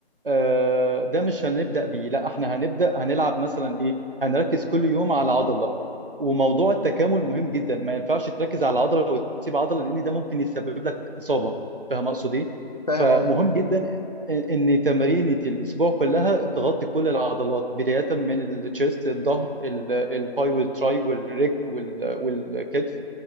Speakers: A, on the right; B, on the left.
A: آه، ده مش هنبدأ بيه لا احنا هنبدأ هنلعب مثلا ايه هنركز كل يوم على عضلة وموضوع التكامل مهم جدا ما ينفعش تركز على عضلة وتسيب عضلة لان ده ممكن يسبب لك إصابة فاهم اقصد ايه
B: فاهم
A: فمهم
B: قصده
A: جدا
B: م-
A: ان تمارين الاسبوع كلها تغطي كل العضلات بداية من التشيست الظهر ال- الباي والتراي والرجل وال- والكتف